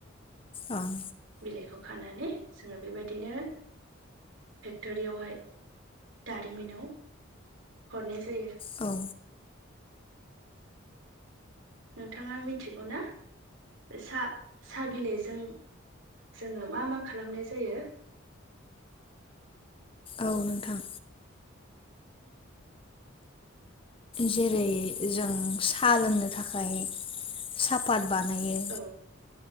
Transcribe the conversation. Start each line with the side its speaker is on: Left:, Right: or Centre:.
Left: ओं
Right: बिलाइखौ खानानै जोङो बेबायदिनो फेक्ट'रियावहाय दारिमिनाव हरनाय जायो।
Left: औ
Right: नोंथाङा मिथिगौ ना? सा-सा बिलाइजों जोङो मा मा खालामनाय जायो?
Left: औ नोंथां जेरै जों सा लोंनो थाखाय साहापत बानायो।
Right: औ